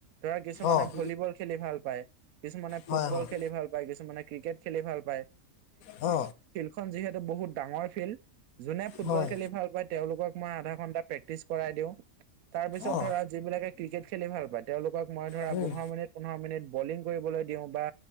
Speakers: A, on the right; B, on the left.
A: ধৰা কিছুমানে
B: অ',
A: ভলীবল খেলি ভাল পায় কিছুমানে ফুটবল
B: হয়, হয়,
A: খেলি ভাল পায়, কিছুমানে ক্ৰিকেট খেলি ভাল পায়,
B: অ।
A: খন যিহেতু বহুত ডাঙৰ ফিল্ড যোনে ফুটবল
B: হয়,
A: খেলি ভাল পাই তেওঁলোকক মই আধা ঘন্টা প্ৰেক্টিচ কৰাই দিওঁ। তাৰ পিছত
B: অ',
A: ধৰা যিবিলাকে ক্ৰিকেট খেলি ভাল পায়, তেওঁলোকক মই ধৰা
B: উম, অ', হয়, হয়,
A: পোন্ধৰ মিনিট, পোন্ধৰ মিনিট বলিং কৰিবলৈ দিওঁ বা